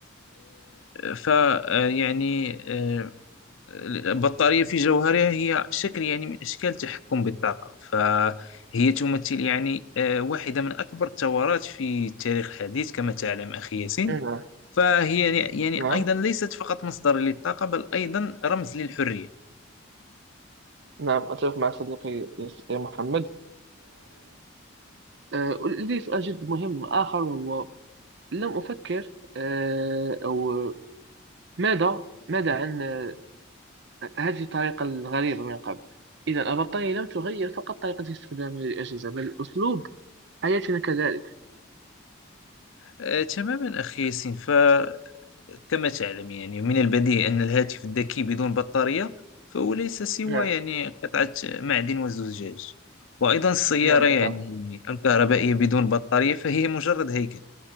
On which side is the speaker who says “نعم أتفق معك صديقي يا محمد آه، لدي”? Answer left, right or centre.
Right